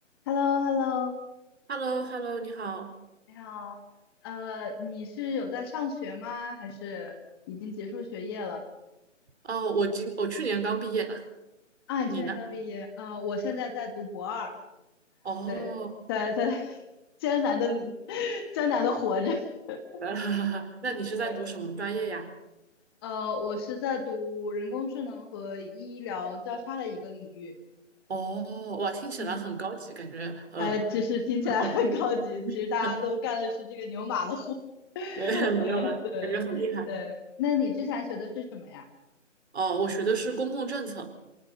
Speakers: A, on the left (about 20°); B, on the right (about 55°).
A: h e l l o h e l l o
B: h e l l o h e l l o 你好。
A: 你好，呃，你是有在上学吗？还是已经结束学业了？
B: 哦，我今我去年刚毕业呢，
A: 啊，你去年刚毕业。
B: 你呢？
A: 呃，我现在在读博二。
B: 哦，
A: 对，在在 <laughs> 艰难的 <laughs> 艰难的活着。<laughs>
B: <laughs> 那你是在读什么专业呀？
A: 对，呃，我是在读人工智能和医疗交叉的一个领域。
B: 哦，哇，听起来很高级，
A: 嗯，
B: 感觉呃，
A: 呃，其实听起来很高级，
B: 很
A: 其实大家都干的是这个牛马的活。
B: 很，
A: <laughs>
B: <laughs>
A: 呃，
B: 没有啦，
A: 对对。
B: 感觉很厉害。
A: 那你之前学的是什么呀？
B: 哦，我学的是公共政策。